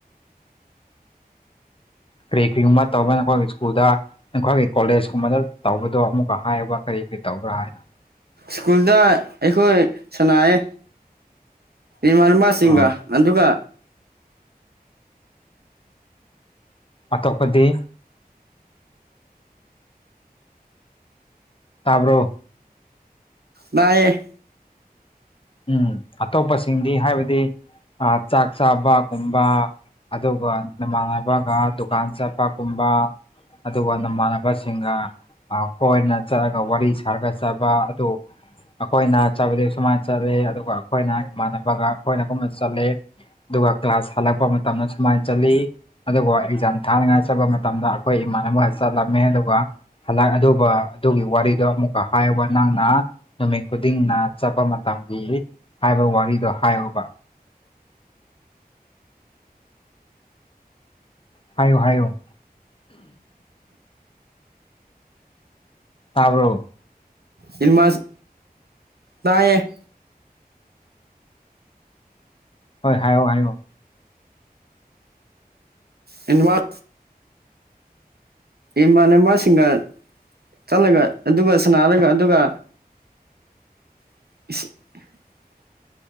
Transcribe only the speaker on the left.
ꯀꯔꯤ ꯀ꯭ꯔꯤꯒꯨꯝꯕ ꯇꯧꯕꯅꯀꯣ ꯁ꯭ꯀꯨꯜꯗ ꯅꯈꯣꯏꯒꯤ ꯀꯣꯂꯦꯖ ꯀꯨꯝꯕꯗ ꯇꯧꯕꯗꯣ ꯑꯃꯨꯛꯀ ꯍꯥꯏꯌꯣꯕ ꯀꯔꯤ ꯀꯔꯤ ꯇꯧꯕ꯭ꯔꯥ ꯍꯥꯏꯅ
ꯑꯣ
ꯑꯇꯣꯞꯄꯗꯤ ꯇꯥꯕ꯭ꯔꯣ
ꯎꯝ ꯑꯇꯣꯞꯄꯁꯤꯡꯗꯤ ꯍꯥꯏꯕꯗꯤ ꯑꯥ ꯆꯥꯛ ꯆꯥꯕꯒꯨꯝꯕ ꯑꯗꯨꯒ ꯅꯃꯥꯟꯅꯕꯒ ꯗꯨꯀꯥꯟ ꯆꯠꯄꯒꯨꯝꯕ ꯑꯗꯨꯒ ꯅꯃꯥꯟꯅꯕꯁꯤꯡꯒ ꯈꯣꯏꯅ ꯆꯠꯂꯒ ꯋꯥꯔꯤ ꯁꯥꯔꯒ ꯆꯥꯕ ꯑꯗꯨ ꯑꯩꯈꯣꯏꯅ ꯆꯥꯕꯗꯨ ꯑꯁꯨꯃꯥꯏꯅ ꯆꯠꯂ‌ꯦ ꯑꯗꯨꯒ ꯑꯩꯈꯣꯏꯅ ꯏꯃꯥꯟꯅꯕꯒ ꯑꯩꯈꯣꯏꯅꯒꯨꯝꯅ ꯆꯠꯂꯦ ꯑꯗꯨꯒ ꯀ꯭ꯂꯥꯁ ꯍꯜꯂꯛꯄ ꯃꯇꯝꯗ ꯁꯨꯃꯥꯏꯅ ꯆꯠꯂꯤ ꯑꯗꯨꯕꯨ ꯑꯦꯛꯖꯥꯝ ꯊꯥꯅꯤꯡꯉꯥꯏ ꯆꯠꯄ ꯃꯇꯝꯗ ꯑꯩꯈꯣꯏ ꯏꯃꯥꯟꯅꯕꯒ ꯆꯠꯂꯝꯃꯦ ꯑꯗꯨꯒ ꯍꯜꯂꯛ ꯑꯗꯨꯒ ꯑꯗꯨꯒꯤ ꯋꯥꯔꯤꯗꯣ ꯑꯃꯨꯛꯀ ꯍꯥꯏꯌꯕ ꯅꯪꯅ ꯅꯨꯃꯤꯠ ꯈꯨꯗꯤꯡꯅ ꯆꯠꯄ ꯇꯝꯕꯤꯔꯤ ꯍꯥꯏꯕ ꯋꯥꯔꯤꯗꯣ ꯍꯥꯏꯌ‌ꯣꯕ ꯍꯥꯏꯌꯣ ꯍꯥꯏꯌꯣ ꯇꯥꯕ꯭ꯔꯣ
ꯍꯣꯏ ꯍꯥꯏꯌ‌ꯣ ꯍꯥꯏꯌ‌ꯣ